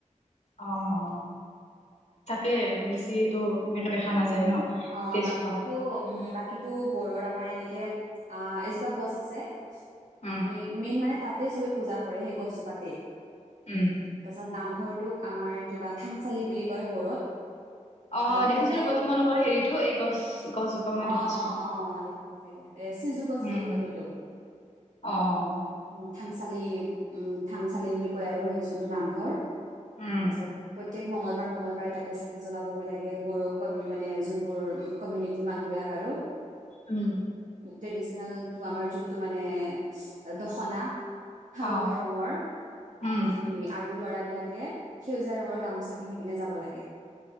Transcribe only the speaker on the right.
অ',
বাকীটো
উম, বাকী টো বড়োৰ আমাৰ এনেকে আ, এজোপা গছ আছে।
আমি মেইন মানে তাত তে চবে পূজা কৰে সেই গছজোপাতে।
তাৰ পিছত নামঘৰ তোক আমাৰ কিবা থাংচালি বুলি কয় বড়োত। তাৰপিছত
প্ৰত্যেক
অ
অ অ দেখিছা চাগে এ চিজু গছ
বুলি কয় সেইটোক
উম থাংচালি উম, থাংচালি বুলি কয় আৰু সেই যোনটো নামঘৰ।
তাৰপাছত প্ৰত্যক মঙ্গলবাৰ মঙ্গলবাৰে তাতে চাকি জ্বলাবগৈ লাগে বড়োক মানে বড়ো উম, কমিউনিটিৰ মানুহবিলাক আৰু।
উম। ট্ৰেডিচনেলটো আমাৰ যোনটো মানে দখনা। হালধীয়া
ৰঙৰ
সেইটো পিন্ধি আৰু ল'ৰা বিলাকে সেউজীয়া ৰঙৰ গামোচা পিন্ধি পিনে যাব লাগে।